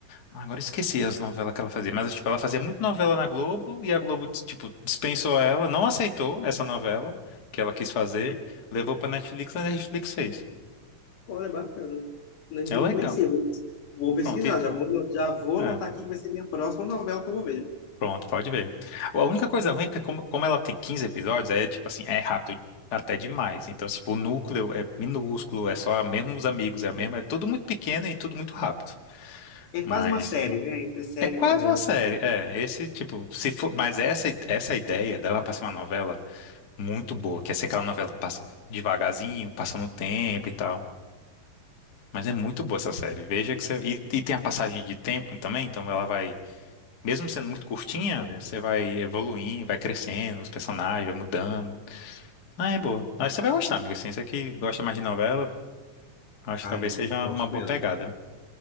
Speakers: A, on the left; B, on the left.
A: Ah, Agora eu esqueci as novelas que ela fazia. Mas, tipo, ela fazia muito novela na Globo e a Globo, tipo, dispensou ela, não aceitou essa novela que ela quis fazer, levou pra Netflix e a Netflix fez.
B: Olha, bacana. Nem,
A: É
B: nem
A: legal.
B: conhecia. Vou pes- vou pesquisar,
A: Pronto,
B: já vou, ano- já vou
A: É,
B: anotar aqui que vai ser minha próxima novela que eu vou ver.
A: pronto, pode ver. A única coisa ruim é que como, como ela tem 15 episódios, aí é tipo assim, é rápido até demais. Então, tipo, o núcleo é minúsculo, é só mesmo os amigos, é a mesma, é tudo muito pequeno e tudo muito rápido.
B: É quase
A: Mas
B: uma série, né? Entre série
A: é quase
B: e novela.
A: uma série, é, esse tipo, se for, mas essa essa ideia dela para ser uma novela muito boa, que é ser aquela novela que passa devagarzinho, passando o tempo e tal. Mas é muito boa essa série. Veja que você e, e tem a passagem de tempo também, então ela vai mesmo sendo muito curtinha,
B: Acelera.
A: você vai evoluindo, vai crescendo, os personagens, vai mudando. Ah, é boa. Acho que você vai gostar, amigo. Assim, você que gosta mais de novela, acho
B: Cai,
A: que talvez seja
B: gosto
A: uma boa
B: mesmo.
A: pegada.